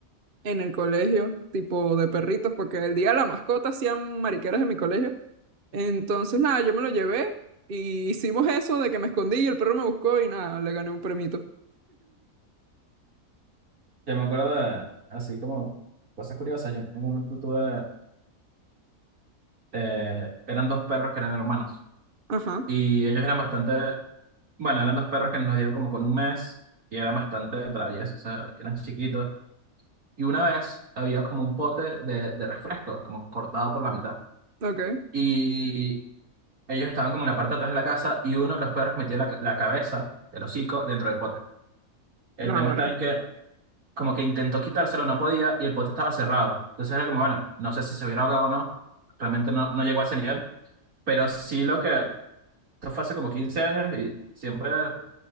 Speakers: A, on the right (about 45°); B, on the right (about 85°).
A: en el colegio, tipo de perritos, porque el día de la mascota hacían mariqueras en mi colegio. Entonces, nada, yo me lo llevé y hicimos eso de que me escondí y el perro me buscó y nada, le gané un premito.
B: Yo me acuerdo de, así como cosas curiosas. Yo en un momento tuve, eh, eran dos perros que eran hermanos.
A: Ajá,
B: Y ellos eran bastante, bueno, eran dos perros que nos dieron como con un mes y eran bastante traviesos, o sea, eran chiquitos. Y una vez había como un pote de, de refresco, como cortado por la mitad.
A: ok.
B: Y Ellos estaban como en la parte de atrás de la casa y uno de los perros metió la, ca- la cabeza del hocico dentro del pote. El
A: Náguara.
B: tema está en que como que intentó quitárselo, no podía y el pote estaba cerrado. Entonces era como, bueno, no sé si se hubiera ahogado o no. Realmente no, no llegó a ese nivel. Pero sí lo que, esto fue hace como 15 años y siempre nos